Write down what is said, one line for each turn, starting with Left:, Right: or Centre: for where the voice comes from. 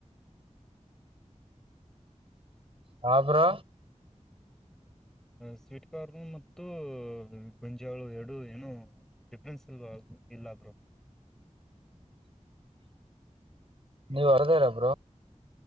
Right: ಹ ಬ್ರೋ.
Centre: ಸ್ವೀಟ್ ಕಾರ್ನ್ ಮತ್ತು ಗೊಂಜಾಳು ಎರಡು ಏನು ಡಿಫ್ರೆನ್ಸ್ ಇಲ್ವಾ ಇಲ್ಲಾದ್ರು
Right: <unintelligible> ನೀವ್ ಹೊರದೇರ ಬ್ರೋ?